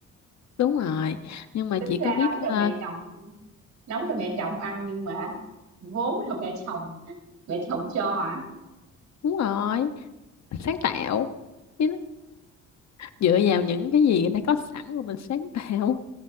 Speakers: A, on the left; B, on the right.
A: đúng rồi nhưng mà
B: tính
A: chị
B: ra
A: có biết
B: nấu cho mẹ
A: ờ,
B: chồng nấu cho mẹ chồng ăn nhưng mà vốn là mẹ chồng mẹ chồng cho hả
A: đúng rồi sáng tạo Chứ dựa vào những cái gì đã có sẵn rồi mình sáng tạo